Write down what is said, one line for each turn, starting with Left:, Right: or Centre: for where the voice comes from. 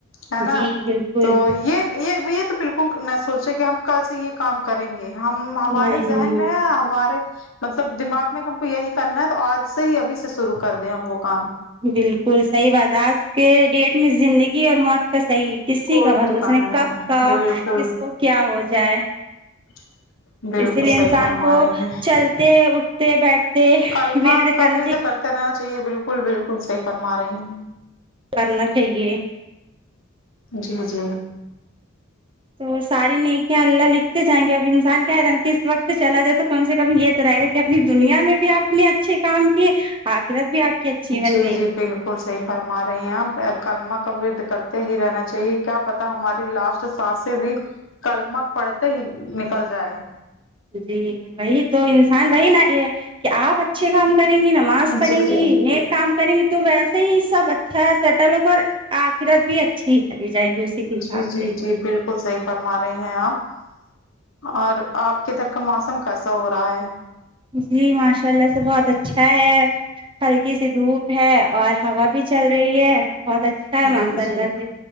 Left: ہے نا
Right: جی بالکل
Left: تو یہ یہ یہ تو بالکل نہ سوچے کہ ہم کل سے یہ کام کریں گے ہم ہمارے
Right: نہیں
Left: ذہن میں ہے ہمارے مطلب دماغ میں ہم کو یہی کرنا ہے تو آج سے ہی ابھی سے شروع کر دیں ہم وہ کام
Right: بالکل صحیح بات ہے آج کے ڈیٹ میں زندگی اور موت کا صحیح کسی
Left: کوئی
Right: کا بھروس
Left: ٹھکانا
Right: نے
Left: نہیں
Right: کب کا
Left: بالکل
Right: کس کو کیا ہو جائے
Left: <unintelligible> بالکل
Right: اسی لیے
Left: صحیح
Right: انسان
Left: فرما
Right: کو
Left: رہی ہیں
Right: چلتے اٹھتے بیٹھتے
Left: کلمہ
Right: ورد
Left: کا
Right: کرنا
Left: و تے رد
Right: چاہیے
Left: کر کرنا چاہیے بالکل بالکل صحیح فرما رہے ہیں
Right: کرنا چاہیے
Left: جی جی
Right: تو ساری نیکیاں اللہ لکھتے جائیں گے اب انسان <unintelligible> کیا رہ کہ اس وقت چلا جائے تو کم سے کم یہ تو رہے گا کہ آپ دنیا میں بھی آپ نے اچھے کام کیے آخرت بھی آپ کی ا اچھی بن
Left: جی
Right: گئی
Left: جی بالکل صحیح فرما رہی ہیں ہمیں کلمہ کا کرتے ہی رہنا چاہیے کیا پتا ہماری لاسٹ سانسیں بھی کلمک پڑتے ہی نک نکل جائے
Right: جی وہی تو انسان وہی نہ یہ کہ آپ اچھے کام کریں گی نماز پڑھیں
Left: جی
Right: گی
Left: جی
Right: نیک کام کریں گی تو ویسے ہی سب اچھا ہے سیٹل ہوگا اور آخرت بھی اچھی ہی چلی جائے گی اسی کے حساب
Left: جی جی
Right: سے
Left: جی بال کل صحیح فرما رہے ہیں آپ اور آپ کے ادھر کا موسم کیسا ہو رہا ہے
Right: جی ماشاء اللہ سے بہت اچھا ہے ہلکی سی دھوپ ہے اور ہوا بھی چل رہی ہے بہت اچ ا ماشاء
Left: جی
Right: اللہ
Left: جی
Right: سے